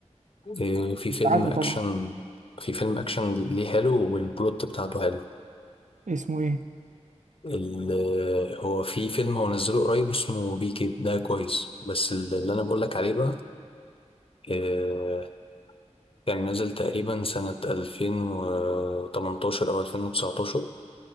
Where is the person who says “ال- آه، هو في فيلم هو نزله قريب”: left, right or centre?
Left